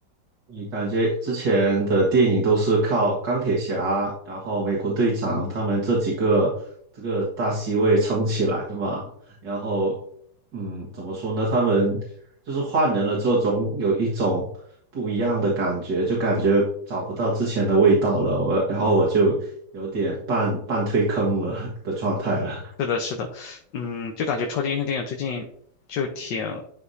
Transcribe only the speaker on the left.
是的，是的，嗯，就感觉超级英雄电影最近就挺